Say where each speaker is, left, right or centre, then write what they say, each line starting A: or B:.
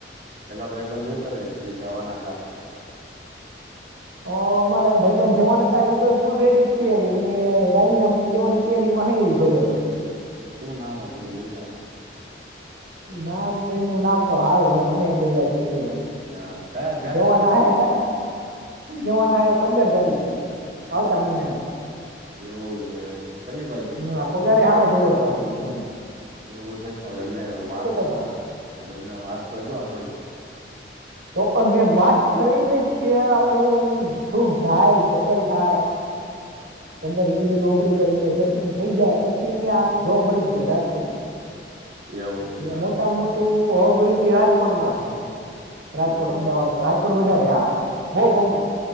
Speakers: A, on the right; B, on the right.
A: પેલા ભાઈ બંધ હું કરે જે જવાના હતા
B: હ અમારા ભાઈબન જવાના હતા એ તો ફૂલ રેડી જ છે રાજીનામું દેવાની તૈયારીમાં એ ભાઈ હવે
A: શું નામ હતું ભૂલી ગયા માં
B: નામ તો એમનું નામ તો હારું હે મને તો યાદ નથી આવે
A: હ કયા
B: જવાના હ ક જવાના હ પંદર તારીખ આવતા મહિના
A: એવું છે કઈ બાજુ
B: હા પગારે હારો ભય્યો પાછો એ ભાઈ ને
A: એવું છે તો એમને વાત
B: હતા
A: એમને વાત કરજો આપડી
B: તો પણ મેં વાત કરી લ જ છે આપડે હ થૂક થાય સેટલ થાય પંદર વી ની નોકરી કરીને સેટલ થઈ જાય પછી અહીંયા જોબ મળી જ જાય રાજકોટમાં
A: એવું છે
B: મોટા માં મોટું અબરીવી રાજકોટમાં છે રાજકોટ
A: એવું
B: અમદાવાદ રાજકોટ વધારે હા બઉ કંપની